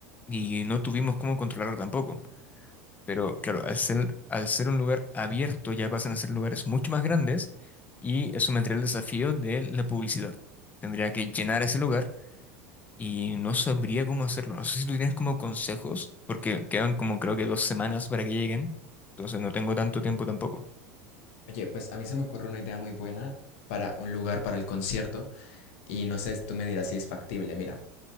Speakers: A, on the left; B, on the left.
A: y no tuvimos cómo controlarlo tampoco. Pero claro, al ser, al ser un lugar abierto ya pasan a ser lugares mucho más grandes y eso me entraría el desafío de la publicidad. Tendría que llenar ese lugar y no sabría cómo hacerlo. No sé si tú tienes como consejos, porque quedan como creo que dos semanas para que lleguen, entonces no tengo tanto tiempo tampoco.
B: Oye, pues a mí se me ocurre una idea muy buena para un lugar para el concierto. Y no sé, tú me dirás si es factible. Mira,